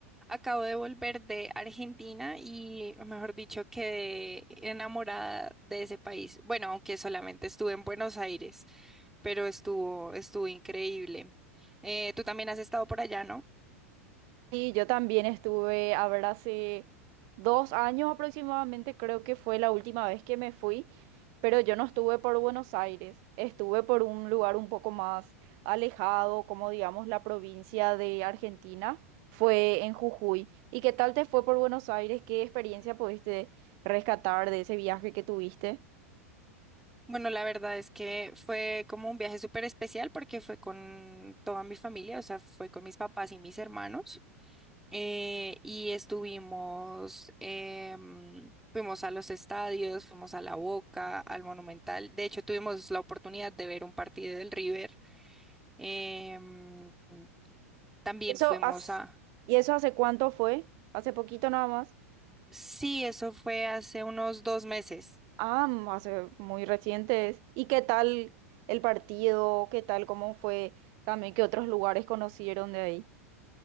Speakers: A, in the centre; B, on the right (about 45°).
A: Acabo de volver de Argentina y, mejor dicho, quedé enamorada de ese país. Bueno, aunque solamente estuve en Buenos Aires, pero estuvo, estuvo increíble. Eh, tú también has estado por allá, ¿no?
B: Sí, yo también estuve, a ver, hace dos años aproximadamente, creo que fue la última vez que me fui, pero yo no estuve por Buenos Aires, estuve por un lugar un poco más alejado, como digamos la provincia de Argentina, fue en Jujuy. ¿Y qué tal te fue por Buenos Aires? ¿Qué experiencia pudiste rescatar de ese viaje que tuviste?
A: Bueno, la verdad es que fue como un viaje súper especial porque fue con toda mi familia, o sea, fue con mis papás y mis hermanos. eh, y estuvimos, em, fuimos a los estadios, fuimos a La Boca, al Monumental. De hecho, tuvimos la oportunidad de ver un partido del River. Em, también
B: Eso
A: fuimos
B: has-
A: a...
B: ¿Y eso hace cuánto fue? ¿Hace poquito nada más?
A: Sí, eso fue hace unos dos meses.
B: Ah, mm, hace muy recientes. ¿Y qué tal el partido? ¿Qué tal cómo fue también que otros lugares conocieron de ahí?